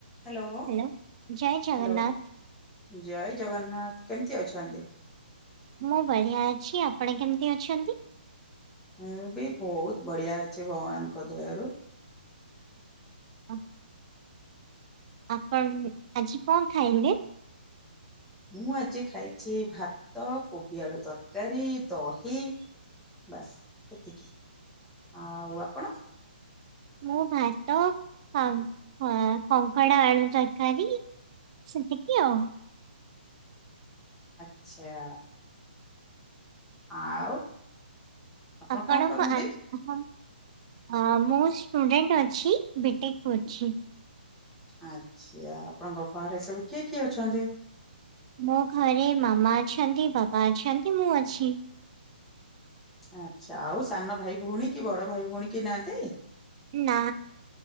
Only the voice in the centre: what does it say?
hello Hello
ଜୟ ଜଗନ୍ନାଥ କେମିତି ଅଛନ୍ତି?
ମୁଁ ବି ବହୁତ୍ ବଢିଆ ଅଛି ଭଗବାନଙ୍କ ଦୟା ରୁ।
ମୁଁ ଆଜି ଖାଇଛି ଭାତ କୋବି ଆଳୁ ତରକାରୀ ଦହି ବାସ୍ ଏତିକି। ଆଉ ଆପଣ?
ଆଚ୍ଛା। ଆଉ ଆପଣ
କଣ କରନ୍ତି?
ଆଚ୍ଛା। ଆପଣଙ୍କ ଘରେ ସବୁ କିଏ କିଏ ଅଛନ୍ତି?
ଆଚ୍ଛା। ଆଉ ସାନ ଭାଇ ଭଉଣୀ କି ବଡ଼ ଭାଇ ଭଉଣୀ କେହି ନାହାନ୍ତି?